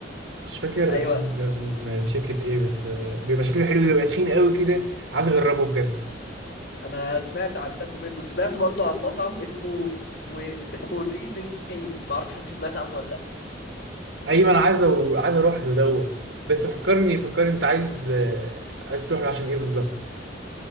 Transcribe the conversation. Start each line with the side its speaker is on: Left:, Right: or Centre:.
Right: مش فاكر
Left: ايوه
Right: بيبقى من من شركة ايه بس آه، بيبقى شكله حلو بيبقى تخين قوي كده عايز اجربه بجد
Left: انا سمعت عن تاكو بيل وسمعت برضو عن مطعم اسمه اسمه ايه اسمه ريزنج كينز ما اعرفش انت سمعت عنه ولا لا
Right: ايوه انا عايز أو... عايز اروح له دوا بس فكرني فكرني انت عايز آه، عايز تروح له عشان ايه بالظبط